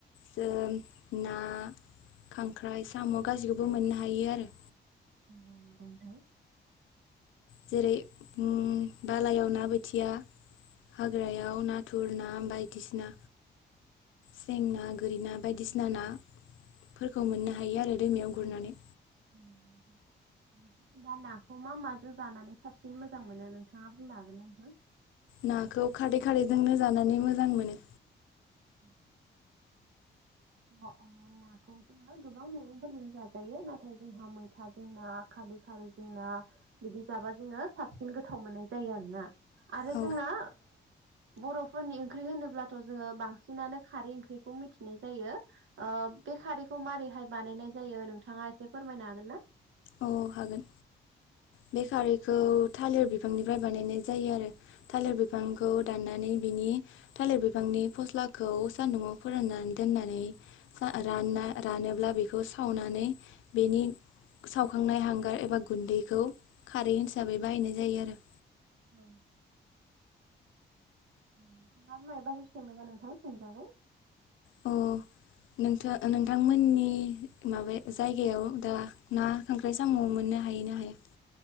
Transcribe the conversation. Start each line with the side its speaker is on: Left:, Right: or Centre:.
Left: जों ना खांख्राइ साम' गासैखौबो मोननो हायो आरो।
Right: औ नंगौ नोंथां।
Left: जेरै उम बालायाव ना बोथिया, हाग्रा याव नाथुर ना बायदिसिना सें ना, गोरि ना बायदिसिना ना फोरखौ मोननो हायो आरो दैमायाव गुरनानै।
Right: <inaudible> दा नाखौ मा माजों जानानै साबसिन मोजां मोनो नोंथाङा बुंनो हागोनना नोंथां?
Left: नाखौ खारै खारिजोंनो जानानै मोजां मोनो।
Right: <inaudible> अ नाखौ जों जोङो गोबां मैगंफोरजों जाजायो नाथाय जोंहा मैथाजों ना, खादै खारिजों ना बिदि जाबा जोङो साबसिन गोथाव मोननाय जायो आरो ना? आरो
Left: औ
Right: जोंना बर'फोरनि ओंख्रि होनोब्लाथ' जोङो बांसिन बिसिनानो खारै ओंख्रिखौ मिथिनाय जायो अ बे खारैखौ मारैहाय बानायनाय जायो नोंथाङा एसे फोरमायनो हागोन ना
Left: औ हागोन बे खारैखौ थालिर बिफांनिफ्राय बानायनाय जायो आरो थालिर बिफांखौ दाननानै बिनि थालिर बिफांनि फस्लाखौ सान्दुआव फोराननानै दोननानै जा रानना रानोब्ला बेखौ सावनानै बेनि सावखांनाय हांगार एबा गुन्दैखौ खारै हिसाबै बाहायनाय जायो आरो
Right: अ नोंथाङा मायाबाफोर सोंनोबा नोंथां सोंजागोन
Left: अ नोंथा नोंथांमोननि माबा जायगायाव दा ना खांख्राइ साम' मोननो हायो ना हाया